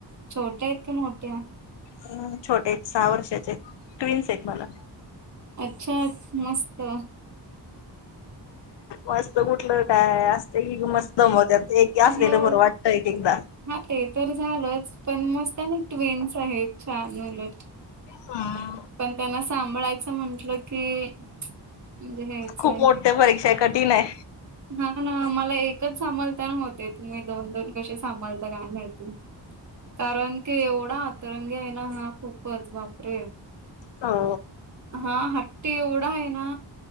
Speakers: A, on the right; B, on the left.
A: छोटे इतक मोटे
B: हम् छोटे आहेत सहा वर्षाचे क्विन्स आहेत मला
A: अच्छा मस्त
B: मस्त कुठलं काय मस्त दमत एक असलेलं
A: हो
B: बरं वाटत एक एकदा
A: हा ते तर झालंच पण मस्त ना ट्वेनस आहेत छान मुलट
B: हा
A: पण त्यांना सांभाळायचं म्हंटलं की म्हणजे हेच
B: खूप
A: आहे
B: मोठ्या परीक्षा कठीण आहे
A: हा ना मला एकच सांभाळता नव्हते तुम्ही दोन दोन कसे सांभालता काय माहितील कारण की एवढा आतरंगी आहे ना हा खूपच वापरे
B: हो
A: हा हट्ट एवढा आहे ना